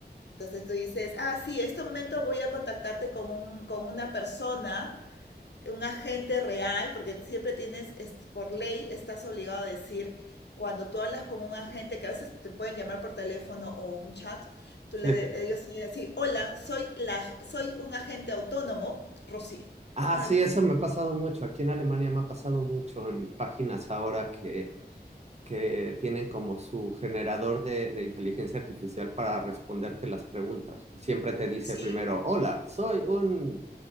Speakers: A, on the left; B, on the right.
A: Entonces tú dices, ah, sí, en este momento voy a contactarte con, un, con una persona un agente real, porque siempre tienes, por ley, estás obligado a decir, cuando tú hablas con un agente, que a veces te pueden llamar por teléfono o un chat, tú
B: Sí.
A: le, ellos tienen que decir, hola, soy, la, soy un agente autónomo, Rocío,
B: Ah,
A: ¿no? Algo
B: sí,
A: así.
B: eso me ha pasado mucho. Aquí en Alemania me ha pasado mucho en páginas ahora que que tienen como su generador de, de inteligencia artificial para responderte las preguntas. Y siempre te dice
A: Sí,
B: primero, hola, soy un,